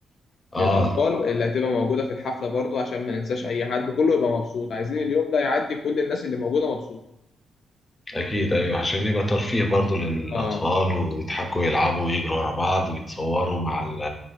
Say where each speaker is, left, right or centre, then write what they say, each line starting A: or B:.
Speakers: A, on the left; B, on the left.
A: اه
B: للأطفال اللي هتبقى موجودة في الحفلة برضو عشان ما ننساش أي حد كله يبقى مبسوط عايزين اليوم ده يعدي كل الناس اللي موجودة مبسوطة
A: أكيد أيوه عشان يبقى ترفيه برضه للأطفال
B: اه
A: ويضحكوا ويلعبوا ويجروا ورا بعض ويتصوروا مع ال...